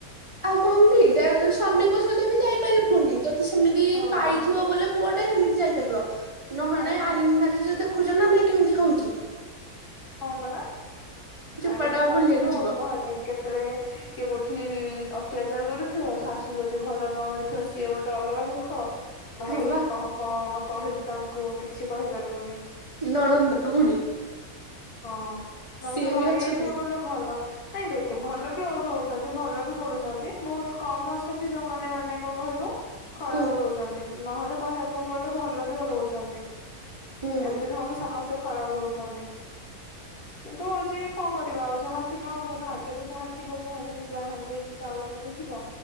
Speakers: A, on the right; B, on the left.
A: ଆଉ କଣ କି ଏଇଟା ସ୍ବାମୀଙ୍କ ସହିତ ବି ଯାଇପାରିବ। ହୁନି ଯଦି ସେମିତି
B: ହଁ
A: ପାଇଥିବ ବୋଲେ ପୁଅ ଟେ ଏମିତି ଯାଇପାରିବ ନହେଲେ
B: ଆଚ୍ଛା
A: ଆରେଞ୍ଜ ମ ଯ ଦେଖୁଛ ନା ନାଇଁ କେମିତି ହଉଛି।
B: କଣ ପରା
A: ଚୋପାଟା
B: ଆରିସ ମାରିସ
A: ବୁଲିବାକୁ
B: ତ
A: ଯିବ
B: କୁହନି କେତେ ଯେତେବେଳେ କିଏ କୋଉଠି ଅତ୍ୟାଚାର କରୁଥିବ ଶାଶୁ ଯଦି ଭଲ ନ ମିଳି ସିଏ ଗୋଟେ ଅଲଗା ଦୁଃଖ ଭାଇ
A: ହଁ ବା
B: କ କଣ କହିବୁ ତାଙ୍କୁ କିଛି କହିପାରିବୁନି।
A: <unintelligible>
B: ହଁ ନହେଲେ
A: ସିଏ
B: ତ ଭାଇ
A: ବି ଅଛନ୍ତି।
B: ଯାଇଥିବ ଗଲେ ଭଲ। ନାଇଁ ଦେଖେ ଭଲ ବି ଆଉ ରହୁଛନ୍ତି ଭଲ ବି ପଢଡୁଛନ୍ତି ବହୁତ କମ ଅଛନ୍ତି ଯୋଉମାନେ ମାନେ କଣ କହିଲୁ ଖରାପ
A: ହୁଁ
B: ରହୁଛନ୍ତି ନ ହେଲେ କହିବାକୁ ଗଲେ ଭଲ ବି ରହୁଛନ୍ତି।
A: ହୁଁ
B: ଏମ୍ତି ନୁହଁ କି ସମସ୍ତେ ଖରାପ ରହୁଚନ୍ତି। କିନ୍ତୁ ହଉଚି କଣ କରିବା ଆଉ ଯାହା ଥିବ ଭାଗ୍ୟରେ ଯାହା ଥିବ କୁହନ୍ତିନି, ଯାହା ହାଣ୍ଡିରେ ଚାଉଳ ପ କେଇ ଥିବ